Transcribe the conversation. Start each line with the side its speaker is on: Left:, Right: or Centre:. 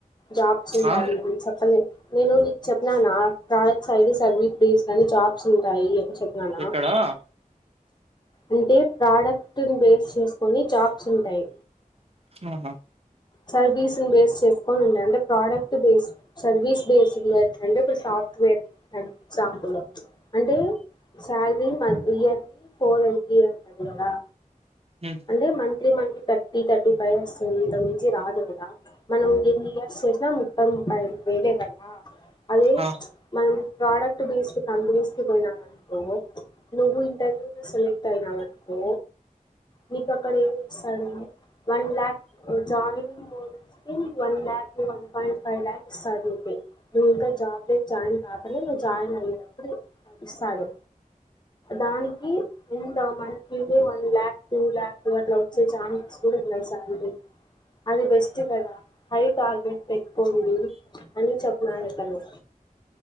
Left: జాబ్స్ ఉంటాయి
Right: ఆ
Left: నీక్ చెప్పలే నేను నీకు చెప్పిననా ప్ర సైడ్ సర్వీస్ బేస్ అని జాబ్స్ ఉంటాయి అని చెప్పినానా
Right: ఎక్కడా
Left: అంటే ప్రాడక్ట్న్ బేస్ చేసుకొని జాబ్స్ ఉంటాయి
Right: ఆహా
Left: సర్వీస్ బేస్ చెస్కోని ఉండ్యా అంటే ప్రోడక్ట్ బేస్ సర్వీస్ బేసింగ్ ఎట్లా అంటే ఇప్పుడు స వేర్త్ అంటే ఇప్పుడు ఇప్పుడు example salary month yearly four LT <unintelligible> ఉంటాది ఆ
Right: ఉమ్
Left: అంటే మంత్లీ మంత్లీ తట్ టీ థర్టీ ఫైనా వస్తుంది ఇంతకు మించి రాదు కదా మనం ఎన్ని ఇయర్స్ చేసినా మొత్తం ముపై ముపై రెండు వేలే అంతే కదా అదే
Right: ఆ
Left: మనమ్ ప్రోడక్ట్ బేస్డ్ కంపెనీస్ కి పోయినావ్ అనుకో నువ్వు ఇంటర్వ్యూ సెలెక్ట్ అయినావు అనుకో నీకు అక్కడ ఏం ఇస్తాడు వన్ లక్ కు జాయినింగ్ పోయి నీకు one lakh one point five lakh ఇస్తారు రూపే ఇంకా జాబ్ జాబ్ లోకి జాయిన్ కాగానీ జాయిన్ అయ్యేటప్పుడు ఇస్తాడు దానికి ఎంత మంద్ ఇదే one lakh two lakh two అట్లా వచ్చే ఛాన్సెస్ కూడా ఇన్నాయ్ సాలరీస్ అది బెస్ట్ కదా హై టార్గెట్ పెట్కోండి అని చెప్పునాడతను